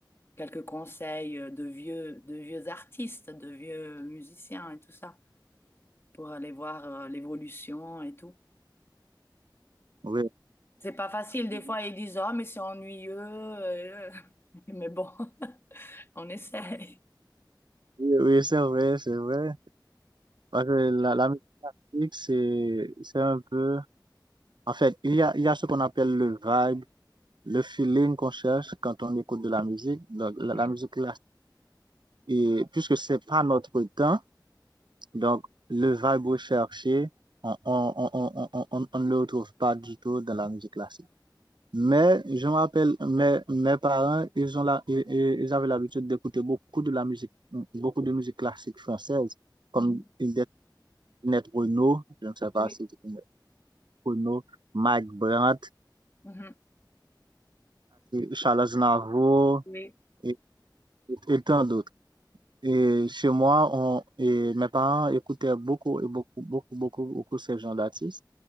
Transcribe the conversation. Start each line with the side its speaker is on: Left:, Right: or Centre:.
Left: quelques conseils euh, de vieux, de vieux artistes, de vieux musiciens et tout ça, pour aller voir euh, l'évolution et tout.
Right: oui.
Left: C'est pas facile, des
Right: Oui,
Left: fois ils disent, ah, mais c'est ennuyeux, euh, mais bon, <laughs> on essaye.
Right: oui, c'est vrai, c'est vrai. Parce que la, la musique, c'est, c'est un peu... En fait, il y a, il y a ce qu'on appelle le vibe, le feeling qu'on cherche quand on écoute de la musique. Donc, la,
Left: Mhm.
Right: la musique, là, et puisque c'est pas notre temps, donc le vibe recherché, on, on, on, on, on, on- on ne le retrouve pas du tout dans la musique classique. Mais je me rappelle, mes, mes parents, ils ont la, ils, ils avaient l'habitude d'écouter beaucoup de la musique, beaucoup de musique classique française, comme
Left: Mhm.
Right: des Net Renault, je ne sais pas
Left: Oui,
Right: si c'est connais Renault, Mike Brandt,
Left: Mhm.
Right: Charles Navo
Left: oui,
Right: et, et tant d'autres. Et chez moi, on, et mes parents écoutaient beaucoup et beaucoup, beaucoup, beaucoup, beaucoup ces genres d'artistes.